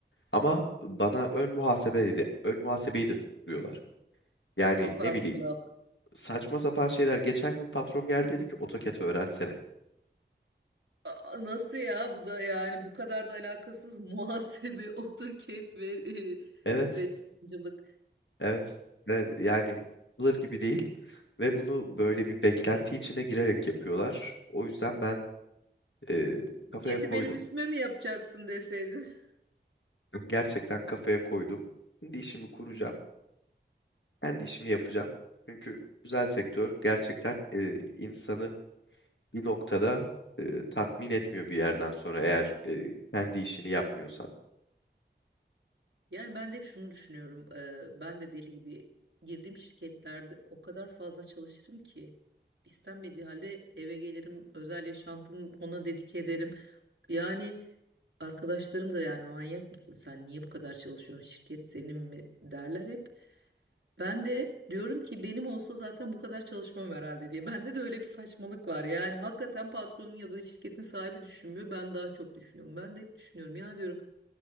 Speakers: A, on the left; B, on the right.
A: Ama bana ön muhasebeyi de ön muhasebeyi de tutturuyorlar. Yani
B: Yok
A: ne
B: artık.
A: bileyim saçma sapan şeyler. Geçen gün patron geldi dedi ki AutoCAD öğrensene.
B: Aa, nasıl ya? Bu da yani bu kadar da alakasız muhasebe, <laughs> AutoCAD ve e,
A: Evet,
B: reklamcılık.
A: evet, evet yani yapılır gibi değil. Ve bunu böyle bir beklenti içine girerek yapıyorlar. O yüzden ben e, kafaya
B: Şirketi
A: koydum.
B: benim üstüme mi yapacaksın deseydin? <laughs>
A: Gerçekten kafaya koydum. Kendi işimi kuracağım. Kendi işimi yapacağım. Çünkü özel sektör gerçekten e, insanı bir noktada e, tatmin etmiyor bir yerden sonra eğer e, kendi işini yapmıyorsan.
B: Yani ben de hep şunu düşünüyorum. eee, ben de deli gibi girdiğim şirketlerde o kadar fazla çalışırım ki istenmediği halde eve gelirim, özel yaşantımı ona dedike ederim. Yani arkadaşlarım da yani manyak mısın sen? Niye bu kadar çalışıyorsun? Şirket senin mi derler hep. Ben de diyorum ki benim olsa zaten bu kadar çalışmam herhalde diye. Bende de öyle bir saçmalık var. Yani hakikaten patronun ya da şirketin sahibi düşünmüyor. Ben daha çok düşünüyorum. Ben de hep düşünüyorum ya diyorum.